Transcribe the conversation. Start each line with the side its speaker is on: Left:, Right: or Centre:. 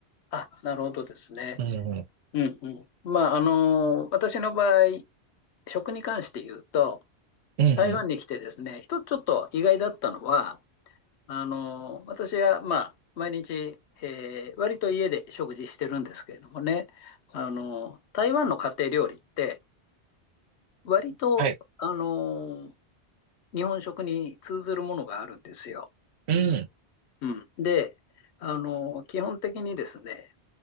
Left: あ、なるほどですね。
Right: うんうん。
Left: うんうん。まああの、私の場合、食に関して言うと、
Right: うんうん。
Left: 台湾に来てですね、一つちょっと意外だったのは、あの、私はまあ毎日、えー割と家で食事してるんですけれどもね、あの、台湾の家庭料理って、割と、
Right: はい。
Left: あの、日本食に通ずるものがあるんですよ。
Right: うん。
Left: うん。で、あの、基本的にですね、